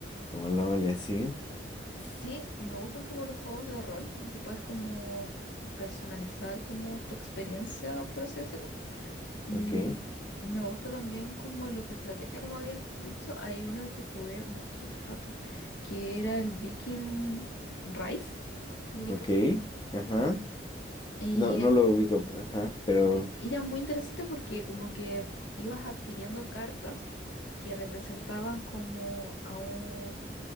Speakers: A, on the left (about 25°); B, on the left (about 80°).
A: como LOL y así.
B: Sí, me gustan como los juegos de rol, en que puedes como personalizar como tu experiencia, por así decirlo. Y
A: Ok,
B: me gusta también como los de estrategia, como habías dicho. Hay uno que jugué mucho otro rato, que era el Viking Rise, ¿lo ubicas?
A: ok, ajá.
B: Y
A: No, no
B: era,
A: lo ubico, ajá, pero...
B: y era muy interesante porque como que ibas adquiriendo cartas que representaban como a un